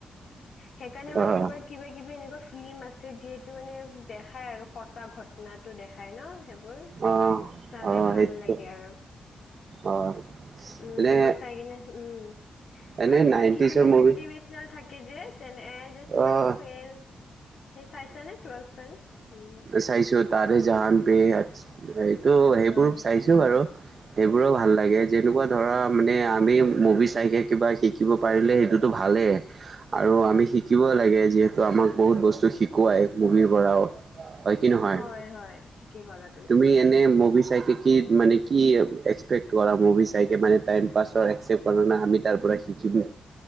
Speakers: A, on the left; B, on the right.
A: সেইকাৰণে মানে
B: অ',
A: তোমাৰ কিবা কিবি এনেকুৱা। ফিল্ম আছে যিহেতু মানে দেখাই আৰু সঁচা ঘটনা টো দেখাই ন? সেইবোৰ
B: অ',
A: চালে
B: অ',
A: ভাল
B: সেইটোতো
A: লাগে আৰু।
B: অ'।
A: উম
B: এনে
A: সেইবোৰ চাই কিনে উম।
B: এনে
A: আৰু তোমাৰ
B: নাইনটিজৰ
A: কিছুমান
B: মুভি
A: মতিভেশনেল থ যে তেনে এ টোৱেয়ালভ
B: আহ
A: ফেইল। সেই চাইছানে টুৱেলভ ফেল উ।
B: চাইছো তাৰে জাহান পে এইটো সেইবোৰ
A: হয়
B: চাইছো বাৰু! সেইবোৰো ভাল লাগে যেনেকুৱা ধৰা মানে আমি মুভি চাইকে কিবা শিকিব পাৰিলে সেই। ভালেই আৰু আমি শিকিব লাগে যিহেতু আমাক বহুত বস্তু শ শুৱাই মুভিৰ পৰাও। হয় কি নহয়
A: হয় হয় ঠিকেই ক'লা
B: তুমি এনে মভি চাইক কি মানে কি এক্সপেক্ট কৰা মুভি চাইকে মানে টাইম পাছৰ একচেপ্ট কৰা ন আমি তাৰ পৰা শিকি যবোৰ।